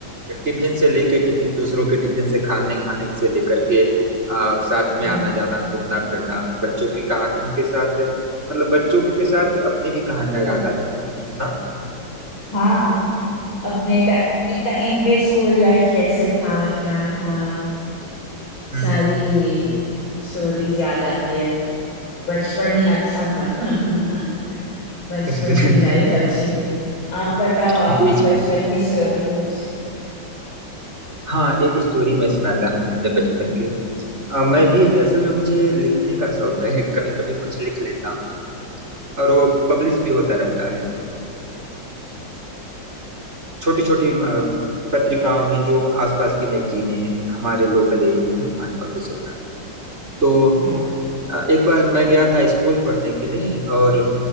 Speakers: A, on the right; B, on the left.
A: टिफिन से लेके टिफिन दूसरों के टिफिन से खाने खाने से लेकर के आ, साथ में
B: हाँ
A: आना जाना घूमना फिरना बच्चों की कहानियों के साथ मतलब बच्चों के साथ अपनी भी कहानियां याद आती होंगी ना
B: हाँ अपने टाइम पे स्कूल लाइफ कैसे था क्या था
A: हम्म
B: सारी स्टोरीज याद आती है बचपन ही अच्छा था <laughs> बचपन
A: <laughs>
B: की लाइफ अच्छी थी आप बताओ
A: जी
B: आपकी
A: जी
B: बचपन की स्टोरी कुछ
A: हाँ एक स्टोरी मैं सुनाता हूँ अपने बचपन की अ, मैं
B: हाँ
A: भी असल में मुझे लिखने का शौक है कभी कभी कुछ लिख लेता हूँ और वो पब्लिश भी होता रहता है छोटी छोटी पत्रिकाओं में जो आसपास की मैगजीनें हैं हमारे लोकल एरिया में वहाँ पब्लिश होता है तो
B: हाँ
A: अ, एक बार मैं गया था स्कूल पढ़ने के लिए और